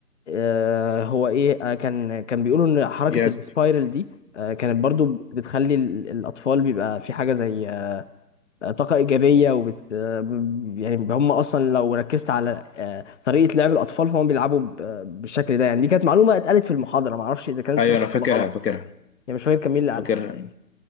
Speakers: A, on the left; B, on the left.
A: آه هو ايه آه كان كان بيقولوا ان حركة
B: يس
A: السبايرل دي آه كانت برضو بتخلي ال- الاطفال بيبقى في حاجة زي آه طاقة ايجابية وبت آه ب- يعني هم اصلا لو ركزت على آه طريقة لعب الاطفال فهم بيلعبوا ب- آه، بالشكل ده يعني دي كانت معلومة اتقالت في المحاضرة معرفش اذا كانت
B: ايوه
A: صح
B: انا فاكرها
A: ولا غلط
B: فاكرها
A: يعني مش فاكر كان مين اللي
B: فاكرها
A: قالها